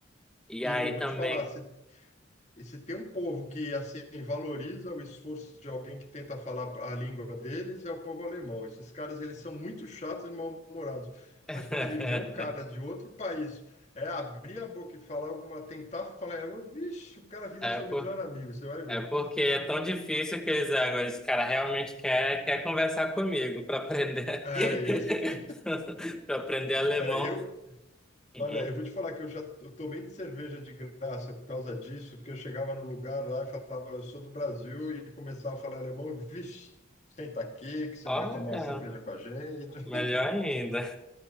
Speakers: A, in the centre; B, on the left.
A: E
B: E
A: aí
B: eu vou
A: também.
B: te falar, se E se tem um povo que assim valoriza o esforço de alguém que tenta falar a língua deles, é o povo alemão. Esses caras eles são muito chatos e mal-humorados.
A: <laughs>
B: Mas quando ele vê um cara de outro país é abrir a boca e falar alguma, tentar falar, ela, vixe, o cara vira
A: É
B: seu melhor amigo, você vai ver.
A: É porque é tão difícil que eles, ah, agora esse cara realmente quer, quer conversar comigo para aprender,
B: É,
A: <laughs>
B: e-
A: para aprender alemão.
B: é, eu,
A: Uhum.
B: olha, eu vou te falar que eu já eu tomei de cerveja de graça por causa disso, porque eu chegava no lugar lá e falava, eu sou do Brasil, e começava a falar alemão, vixe, senta aqui que você
A: Olha,
B: vai tomar uma cerveja com a gente.
A: melhor ainda,